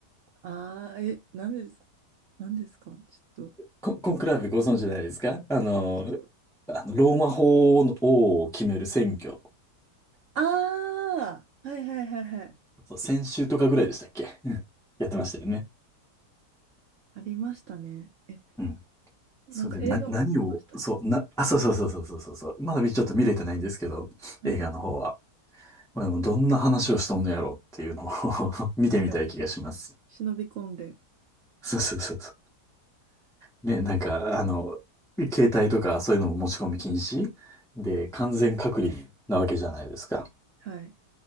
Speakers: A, on the right; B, in the centre.
A: ああ、え、何ですか何ですかちょっと、
B: コ、コンクラーベご存知ないですかあの、
A: おちょっと。
B: あの、ローマ法王を決める選挙。
A: ああ、はいはいはいはい。
B: そう、先週とかぐらいでしたっけうん <laughs> やってましたよね。
A: ありましたね。え、
B: うん。それで、
A: なんか映画もやってましたし。
B: な、何を、そう、な、あ、そうそうそうそうそうそうそう。まだちょっと見れてないんですけど、
A: はい。
B: 映画の方は。まあ、でも、どんな話をしとんのやろうっていうのを <laughs> 見てみたい気がします。
A: 確かに。忍び込んで。
B: そうそうそうそう。ね、なんか、あの、携帯とかそういうのも持ち込み禁止で、完全隔離なわけじゃないですか。
A: はい。